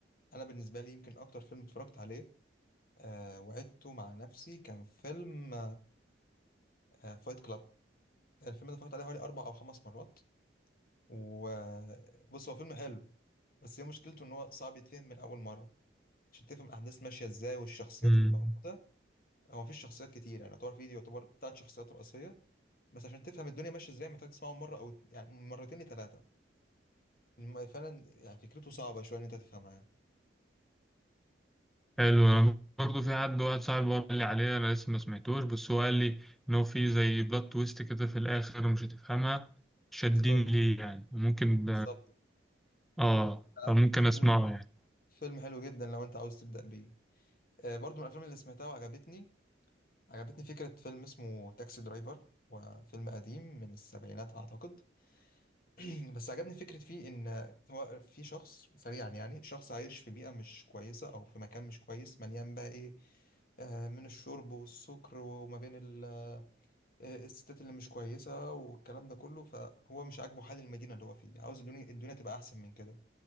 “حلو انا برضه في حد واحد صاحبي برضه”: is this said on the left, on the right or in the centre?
Centre